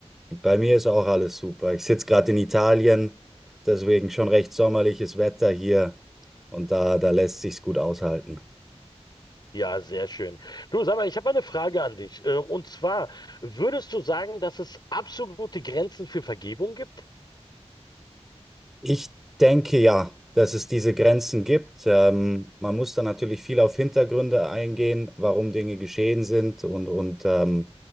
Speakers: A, in the centre; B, on the left.
A: Bei mir ist auch alles super. Ich sitze gerade in Italien, deswegen schon recht sommerliches Wetter hier und da, da lässt sich's gut aushalten.
B: Ja, sehr schön. Du, sag mal, ich habe mal eine Frage an dich. Äh, und zwar, würdest du sagen, dass es absolute Grenzen für Vergebung gibt?
A: Ich denke ja, dass es diese Grenzen gibt. Ähm, man muss da natürlich viel auf Hintergründe eingehen, warum Dinge geschehen sind und, und ähm,